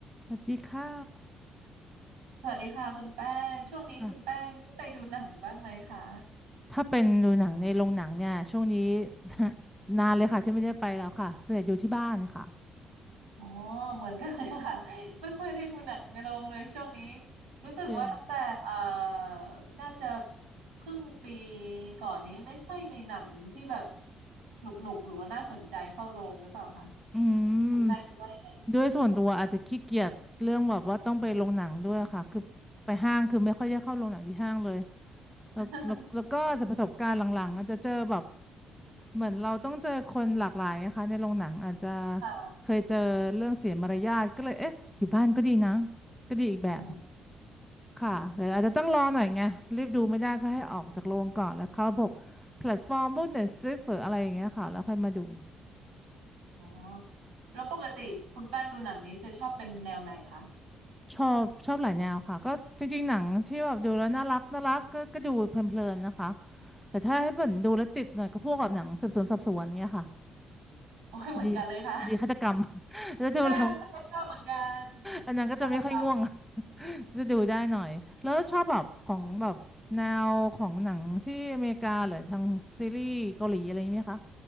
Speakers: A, in the centre; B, on the right (about 90°).
A: สวัสดีค่ะ
B: สวัสดีค่ะคุณแป้งช่วงนี้คุณแป้งได้ไปดูหนังบ้างไหมคะ
A: ค่ะถ้าเป็นดูหนังในโรงหนังเนี่ยช่วงนี้ <laughs> นานเลยค่ะที่ไม่ได้ไปแล้วค่ะส่วนใหญ่อยู่ที่บ้านค่ะ
B: อ๋อเหมือนกันเลยค่ะ <laughs> ไม่ค่อยได้ดูหนังในโรงเลยช่วงนี้รู้สึกว่าตั้งแต่เอ่อ
A: เออ
B: น่าจะครึ่งปีก่อนนี้ไม่ค่อยมีหนังที่แบบหนุกหนุกหรือว่าน่าสนใจเข้าโรงหรือเปล่าคะ
A: อื
B: คุณแป้งคิดว่ายังไง
A: มด้วยส่วนตัวอาจจะขี้เกียจเรื่องแบบว่าต้องไปโรงหนังด้วยค่ะคือไปห้างคือไม่ค่อยได้เข้าโรงหนังที่ห้างเลยแล้วแล้วแล้วก็จะประสบการณ์หลังๆอาจจะเจอแบบ
B: <laughs>
A: เหมือนเราต้องเจอคนหลากหลายนะคะในโรงหนังอาจจะ
B: ค่ะ
A: เคยเจอเรื่องเสียมารยาทก็เลยเอ๊ะอยู่บ้านก็ดีนะก็ดีอีกแบบ
B: อ๋อ
A: ค่ะแต่อาจจะต้องรอหน่อยไงรีบดูไม่ได้ก็ให้ออกจากโรงก่อนแล้วเข้าพวกแพลตฟอร์มพวก Netflix หรืออะไรอย่างเงี้ยค่ะแล้วค่อยมาดู
B: อ๋อแล้วปกติคุณแป้งดูหนังนี้จะชอบเป็นแนวไหนคะ
A: ชอบชอบหลายแนวค่ะก็จริงๆหนังที่แบบดูแล้วน่ารักน่ารักก็ก็ดูเพลินๆนะคะแต่ถ้าให้เหมือนดูแล้วติดหน่อยก็พวกแบบหนังสืบสวนสอบสวนเงี้ยค่ะ
B: โอ้ยเหมือนกันเลยค่ะ
A: คดีคดีฆาตกรรม <laughs> แล้วดูแล้ว
B: <laughs> ใช่ใช่ชอบเหมือนกัน
A: อันนั้นก็จะไม่ค่อยง่วง
B: ฆาตกรรม
A: <laughs> ก็จะดูได้หน่อยแล้วชอบแบบของแบบแนวของหนังที่อเมริกาหรือทางซีรีส์เกาหลีอะไรไหมคะ